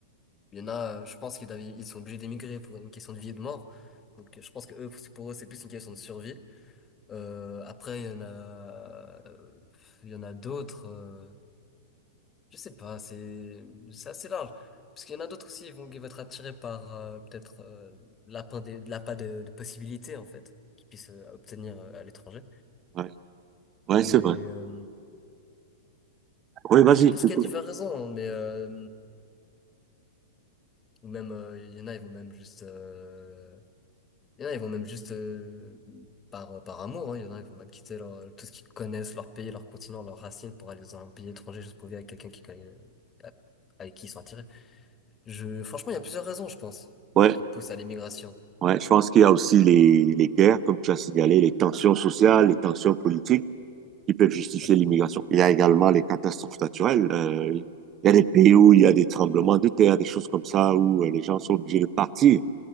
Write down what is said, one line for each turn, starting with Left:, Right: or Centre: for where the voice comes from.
Left: Il y en a, euh, je pense qu'ils avaient- ils sont obligés d'émigrer pour une question de vie et de mort. Donc euh, je pense que eux, c'est- pour eux, c'est plus une question de survie. Euh, après, il y en a, euh, il y en a d'autres. euh, je sais pas, c'est c'est assez large. Parce qu'il y en a d'autres aussi, ils vont, ils vont être attirés par euh, peut-être euh, l'appât des, de l'appât de, de possibilités en fait qu'ils puissent euh, obtenir euh, à l'étranger.
Right: Ouais, ouais,
Left: Mais
Right: c'est vrai.
Left: euh,
Right: Oui, vas-y.
Left: je pense
Right: tu
Left: qu'il
Right: peux.
Left: y a diverses raisons, hein, mais euh, ou même euh, il y en a, ils vont même juste euh, Il y en a, ils vont même juste euh, par, euh, par amour, hein. Il y en a, ils vont même quitter leur, euh, tout ce qu'ils connaissent, leur pays, leur continent, leurs racines pour aller dans un pays étranger juste pour vivre avec quelqu'un qui connaît, euh, avec qui ils sont attirés. Je, franchement, il y a plusieurs raisons, je pense,
Right: Ouais,
Left: qui poussent à l'immigration.
Right: ouais, je pense qu'il y a aussi les, les guerres, comme tu as signalé, les tensions sociales, les tensions politiques qui peuvent justifier
Left: Tout à fait.
Right: l'immigration. Il y a également les catastrophes naturelles. Euh, il y a des pays où il y a des tremblements de terre, des choses comme ça, où euh, les gens sont obligés de partir.